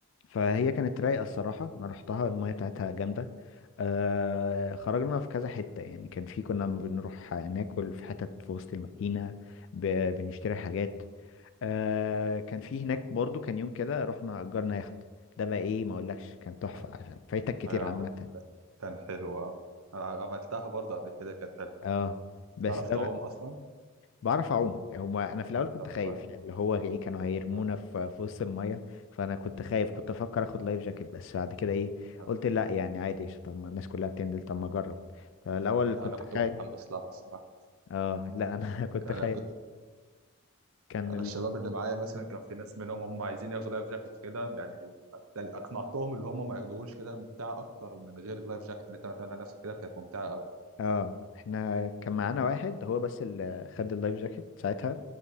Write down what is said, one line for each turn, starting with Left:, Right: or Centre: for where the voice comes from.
Left: فهي كانت رايقة الصراحة أنا رحتها المية بتاعتها جامدة آه خرجنا في كذا حتة يعني كان في كنا بنروح ناكل في حتت في وسط المدينة ب... بنشتري حاجات آه كان في هناك برضو كان يوم كده رحنا أجرنا يخت ده بقى إيه ما أقولكش كان تحفة
Right: اه
Left: عشان فايتك كتير
Right: أيوة عملنا
Left: عامة
Right: ده كان حلو اه أنا عملتها برضو قبل كده كانت حلوة
Left: اه بس
Right: تعرف
Left: ده
Right: تعوم أصلا؟
Left: بعرف اعوم هما انا في الاول كنت
Right: طب
Left: خايف
Right: كويس
Left: يعني اللي هو ايه كانوا هيرمونا
Right: اه
Left: في في وسط الميه فانا كنت خايف كنت افكر اخد لايف جاكيت بس بعد كده ايه
Right: اه
Left: قلت لا يعني عادي قشطة، طب ما الناس كلها بتنزل طب ما اجرب فالاول
Right: أنا
Left: كنت
Right: كنت
Left: خايف
Right: متحمس لها الصراحة
Left: اه لا انا <laughs> كنت
Right: أنا
Left: خايف
Right: كنت
Left: كان
Right: انا
Left: ال...
Right: الشباب اللي معايا مثلا كان في ناس منهم هم عايزين ياخدوا لايف جاكيت وكده يعني أكتر- اقنعتهم اللي هم ما ياخدوهوش كده ممتعه اكتر من غير اللايف جاكيت اللي انت بتعمل على نفسك كده كانت ممتعه قوي
Left: اه احنا كان معانا واحد هو بس اللي خد اللايف جاكيت ساعتها